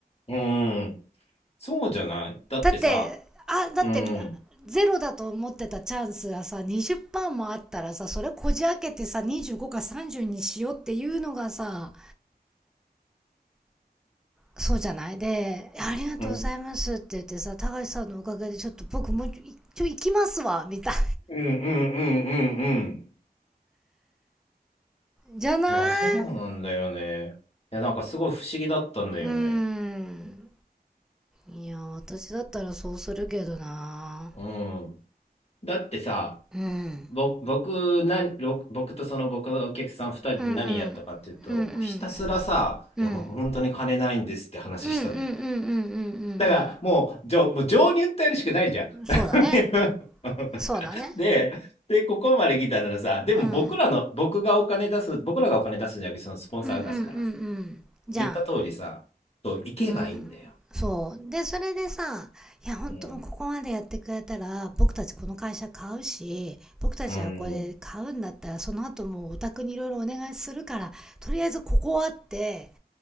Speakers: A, on the left (about 40°); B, in the centre.
A: うん。そうじゃないだってさ、
B: だって、あ、だって、
A: うん。
B: ゼロだと思ってたチャンスがさ、20%もあったらさ、それこじ開けてさ、25か30にしようっていうのがさ、そうじゃないで、ありがとうございますって言ってさ、
A: うん。
B: 高橋さんのおかげでちょっと僕もうちょいちょい行きますわ、みたい。
A: うんうんうんうんうん。
B: じゃない
A: いや、そうなんだよね。いや、なんかすごい不思議だったんだよね。
B: うーん。いや、私だったらそうするけどな
A: うん。だってさ、
B: うん。
A: ぼ、僕、な、ろ僕とその僕のお客さん二人で何やったかっていうと、
B: うんうん。うんうん。
A: もうひたすらさ、
B: うん。
A: いやもう本当に金ないんですって話したのよ。
B: うんうんうんうんうんうん
A: だからもう、じょ、もう情に訴えるしかないじゃん。
B: うん。そうだね。
A: <laughs>
B: そうだね。
A: で、で、ここまで来たならさ、でも僕らの、
B: うん。
A: 僕がお金出す、僕らがお金出すんじゃなくて、そのスポンサーが出すからさ、
B: うんうんうんうん。じゃん。
A: 言った通りさ、そう、行けばいいんだよ。
B: うん、そう。で、それでさ、いや、本当もここまでやってくれたら、
A: うん。
B: 僕たちこの会社買うし、僕たちはこれ買うんだったら、
A: うん。
B: その後もうお宅にいろいろお願いするから、とりあえずここはって、